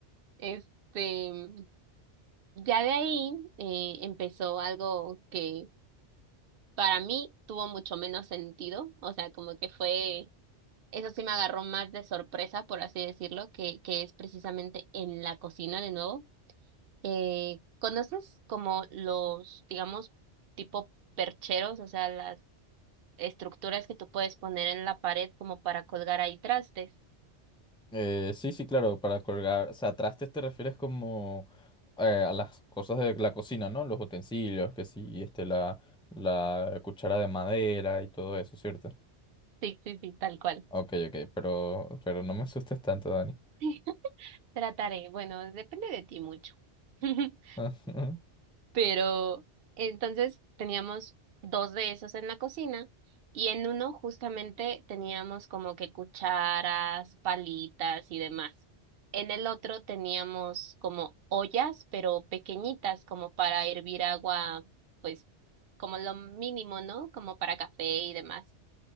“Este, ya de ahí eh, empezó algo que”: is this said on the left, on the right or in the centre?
Right